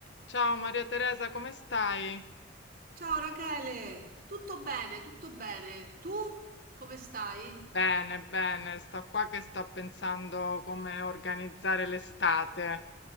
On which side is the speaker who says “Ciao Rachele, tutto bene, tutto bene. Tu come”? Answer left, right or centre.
Right